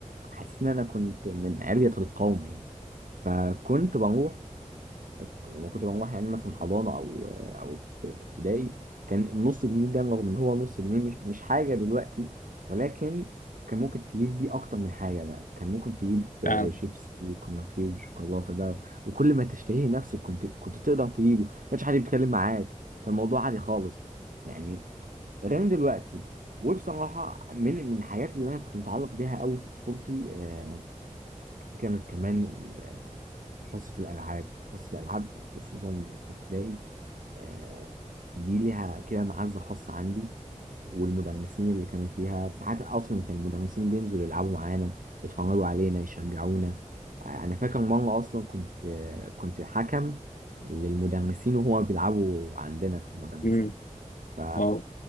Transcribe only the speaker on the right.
حسيت ان انا كنت من علية القوم يعني فكنت بروح لما كنت بروح يعني مثلا حضانه او او في في ابتدائي كان النص جنيه ده رغم ان هو نص جنيه مش مش حاجه دلوقتي ولكن كان ممكن تجيب بيه اكتر من حاجه بقى كان ممكن تجيب
آه، شيبسي وكرواتيه وشوكولاته بقى وكل ما تشتهيه نفسك كنت كنت تقدر تجيبه ما كانش حد بيتكلم معاك كان الموضوع عادي خالص يعني غير دلوقتي وبصراحه من من الحاجات اللي انا كنت متعلق بيها قوي في طفولتي آه، كانت كمان حصة الألعاب حصة الألعاب خصوصا في ابتدائي آه، دي ليها كده معزة خاصة عندي والمدرسين اللي كانوا فيها ساعات أصلا كان المدرسين بينزلوا يلعبوا معانا يتفرجوا علينا يشجعونا آه، أنا فاكر مرة أصلا كنت آه، كنت حكم للمدرسين وهما بيلعبوا عندنا في المدرسة
ف...